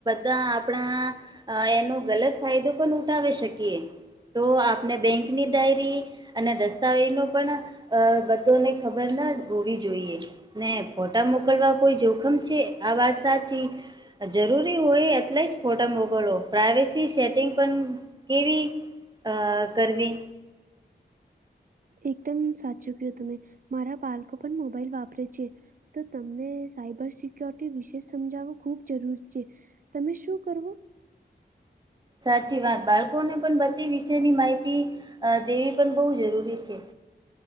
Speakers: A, on the right; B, on the right.
A: તા આપણા એનો ગલત ફાયદો પણ ઉઠાવી શકીએ તો આપને બેંકની ડાયરી અને દસ્તાવેજ નો પણ અ બધોને ખબર ના હોવી જોઈએ. ને ફોટા મોકલવા કોઈ જોખમ છે આ વાત સાચી જરૂરી હોય એટલે જ ફોટા મોકલવો પ્રાઈવેસી સેટિંગ પણ કેવી આ કરવી
B: એકદમ તમે મારા બાળકો પણ મોબાઈલ વાપરે છે તો તમને સાયબર સિક્યોરિટી વિશે સમજાવવું ખૂબ જરૂરી છે તમે શું કરવો
A: સાચી વાત બાળકોને પણ બધી વિશેની માહિતી અ દેવી પણ બહુ જરૂરી છે